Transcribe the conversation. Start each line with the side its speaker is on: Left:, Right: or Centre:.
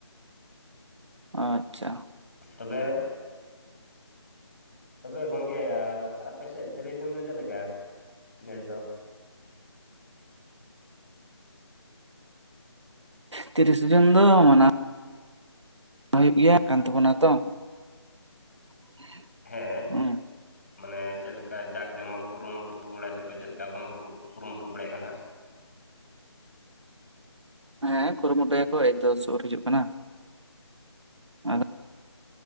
Right: ᱟᱪᱪᱷᱟ,
Left: ᱛᱚᱵᱮ, ᱛᱚᱵᱮ ᱜᱚᱢᱠᱮ ᱟᱯᱮᱥᱮᱫ ᱛᱤᱨᱤᱥ ᱡᱩᱱ ᱫᱚ ᱪᱮᱫ ᱞᱮᱠᱟ ᱱᱮᱥ ᱫᱚ,
Right: ᱛᱤᱨᱤᱥ ᱡᱩᱱ ᱫᱚ ᱢᱟᱱᱟᱣ ᱦᱩᱭᱩᱜ ᱜᱤᱭᱟ ᱠᱟᱱ ᱛᱟᱵᱚᱱᱟ ᱛᱚ, <inaudible>
Left: ᱦᱮᱸ
Right: ᱦᱩᱸ
Left: ᱢᱟᱱᱮ ᱪᱮᱫ ᱞᱮᱠᱟ ᱡᱟᱠ ᱡᱚᱢᱚᱠ ᱠᱩᱨᱩᱢᱩᱴᱩ ᱵᱟᱲᱟᱭ ᱫᱟᱠᱚ ᱪᱮᱫ ᱞᱮᱠᱟ ᱵᱟᱝᱠᱚ ᱠᱩᱨᱩᱢᱩᱴᱩ ᱵᱟᱲᱟᱭᱮᱫ ᱠᱟᱱᱟ ᱦᱟᱸᱜ,
Right: ᱦᱮᱸ ᱠᱩᱨᱩᱢᱩᱴᱩᱭᱟᱠᱚ ᱮᱠᱫᱚ ᱥᱳᱨ ᱦᱤᱡᱩᱜ ᱠᱟᱱᱟ, ᱟᱫᱚ,